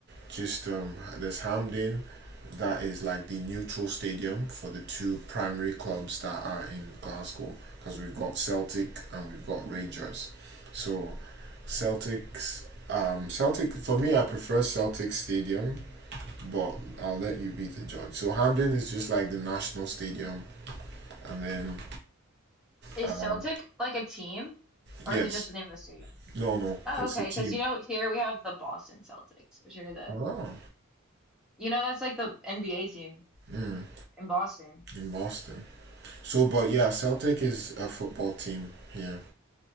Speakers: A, on the right (about 50°); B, in the centre.
A: Just um, there's Hampden, that is like the neutral stadium for the two primary clubs that are in Glasgow, because we've got Celtic and we've got Rangers. So Celtics, um, Celtic for me, I prefer Celtic Stadium, but I'll let you be the judge. So Hampden is just like the national stadium, and then
B: Is
A: uh,
B: Celtic like a team or
A: yes,
B: is it just the name of the stadium?
A: no, no,
B: Oh,
A: it's
B: okay.
A: a team.
B: Because you know, here we have the Boston Celtics, which are the,
A: Ah.
B: you know, that's like the NBA team
A: Mm.
B: in Boston.
A: in Boston. So, but yeah, Celtic is a football team here.